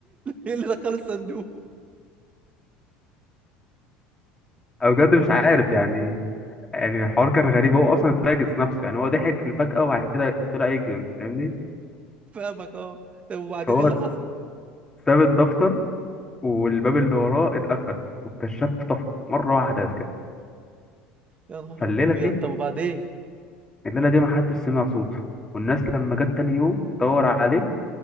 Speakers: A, on the right; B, on the left.
A: ايه اللي دخله الصندوق
B: أنا بجد مش عارف يعني يعني الحوار كان غريب هو أصلا اتفاجئ نفسه يعني هو ضحك فجأة وبعد كده طلع يجري أنت فاهمني
A: فاهمك اه طب وبعدين
B: فهو
A: ايه اللي حصل
B: ساب الدفتر والباب اللي وراه اتقفل والكشاف طفى مرة واحدة كده
A: يا نهار
B: فالليلة
A: ابيض
B: دي
A: طب وبعدين
B: الليلة دي محدش سمع صوته والناس لما جت تاني يوم تدور عليه